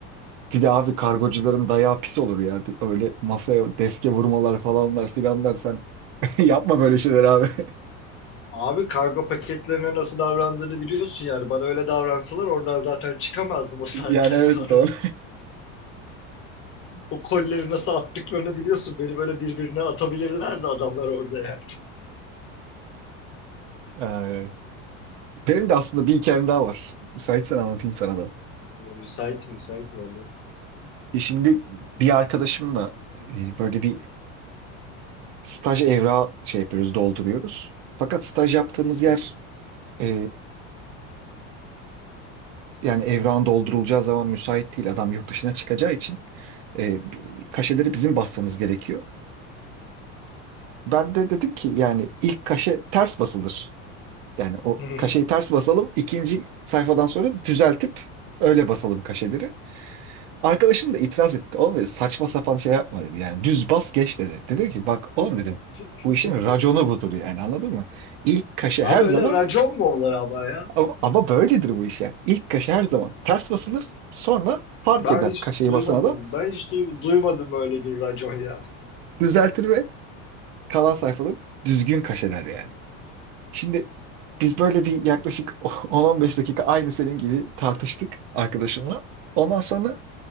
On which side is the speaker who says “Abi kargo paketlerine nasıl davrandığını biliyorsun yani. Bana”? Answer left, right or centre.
Left